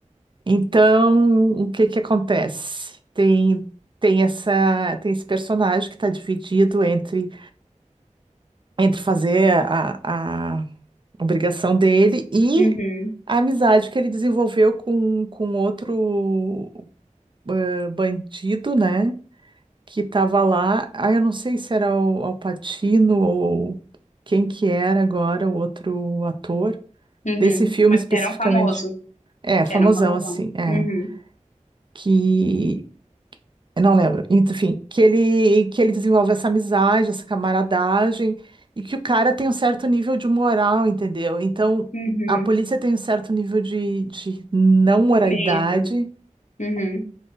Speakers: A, on the right; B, on the left.
A: Então, o que que acontece? Tem tem essa tem esse personagem que está dividido entre entre fazer a, a obrigação dele e
B: Uhum,
A: a amizade que ele desenvolveu com, com outro eh, bandido, né? Que estava lá. Ah, eu não sei se era o Al Pacino ou quem que era agora o outro ator
B: uhum.
A: desse filme
B: Mas
A: especificamente.
B: que era um famoso.
A: É,
B: Que
A: famosão
B: era um famosão.
A: assim, é.
B: Uhum,
A: Que Eu não lembro. Enfim, que ele, que ele desenvolve essa amizade, essa camaradagem, e que o cara tem um certo nível de moral, entendeu? Então,
B: uhum.
A: a polícia tem um certo nível de, de não moralidade,
B: Medo. Uhum.